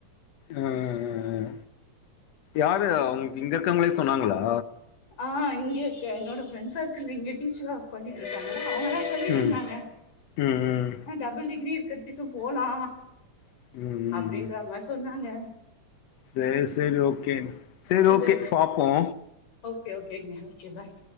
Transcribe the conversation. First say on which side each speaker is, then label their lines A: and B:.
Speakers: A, on the left; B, on the left.
A: ஆ ஆ ஆ யாரு உங்ளுக் இங்க இருக்கவ்ங்களே சொன்னாங்களா
B: அ இங்க இருக்க என்னோட ஃப்ரெண்ட் சர்க்கிள்ல இங்க டீச்சரா ஒர்க் பண்ணிட்ருக்காங்கள அவுங்கதா சொல்லிட்ருந்தாங்க
A: ம் ம் ம்
B: ஆ டபுள் டிகிரி இருக்கறதுக்கு போலா
A: ம் ம்
B: அப்டின்றமாரி
A: ம்
B: சொன்னாங்க
A: சேரி சேரி ஓகே சேரி
B: இங்க
A: ஓகே பாப்போ
B: ஓகே ஓகேங்க ஓகே பாய்